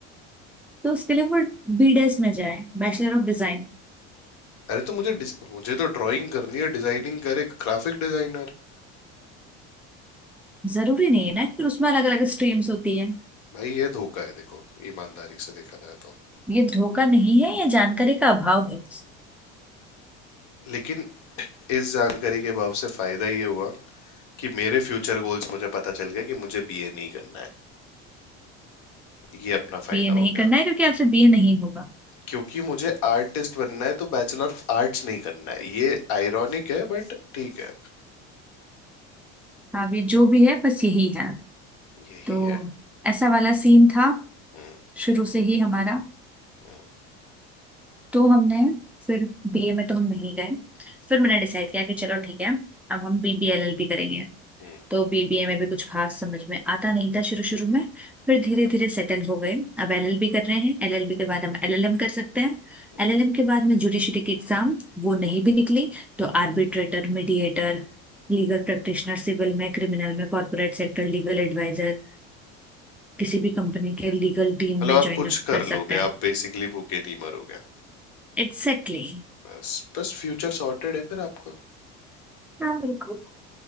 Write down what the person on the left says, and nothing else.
अरे तो मुझे डिज- मुझे तो ड्राइंग करनी है डिजाइनिंग करे ग्राफिक डिजाइनर
भाई ये धोखा है देखो ईमानदारी से देखा जाए तो
लेकिन इस जानकारी के अभाव से फायदा ये हुआ कि मेरे फ्यूचर गोल्स मुझे पता चल गया कि मुझे बीए नहीं करना है ये अपना फायदा
हो
गया
क्योंकि मुझे आर्टिस्ट बनना है तो बैचलर ऑफ आर्ट्स नहीं करना है ये आयरॉनिक है बट ठीक है
यही
है
हम्म,
हम्म,
हम्म,
हम्म,
हम्म,
हम्म।
मतलब
आप
कुछ
कर
लोगे
आप बेसिकली भूखे नहीं मरोगे
बस बस फ्यूचर सॉर्टेड है फिर आपका